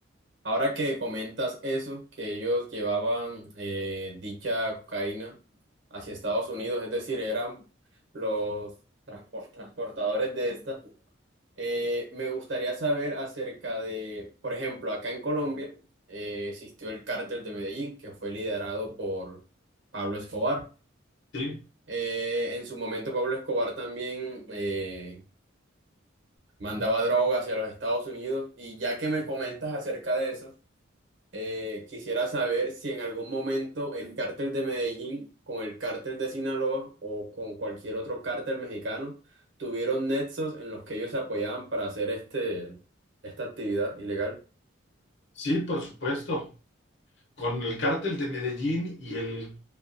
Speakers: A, on the right; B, on the left.
A: Ahora que comentas eso, que ellos llevaban eh, dicha cocaína hacia Estados Unidos, es decir, eran los transpor- transportadores de esta, eh, me gustaría saber acerca de, por ejemplo, acá en Colombia eh, existió el cártel de Medellín, que fue liderado por Pablo Escobar.
B: Sí,
A: Eh, en su momento Pablo Escobar también eh, mandaba droga hacia los Estados Unidos y ya que me comentas acerca de eso, Eh, quisiera saber si en algún momento el cártel de Medellín con el cártel de Sinaloa o con cualquier otro cártel mexicano tuvieron nexos en los que ellos se apoyaban para hacer este, esta actividad ilegal.
B: sí, por supuesto. Con el cártel de Medellín y el